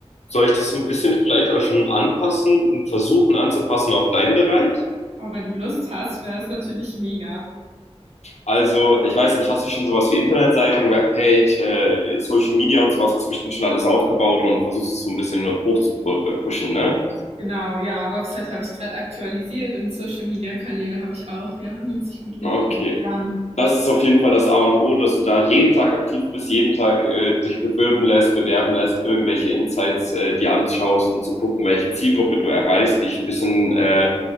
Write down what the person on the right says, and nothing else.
Aber wenn du Lust hast, wäre es natürlich mega.
Genau, ja, Website habe ich gerade aktualisiert und Social Media Kanäle habe ich auch, ja, nutze ich gut und
äh, gerne.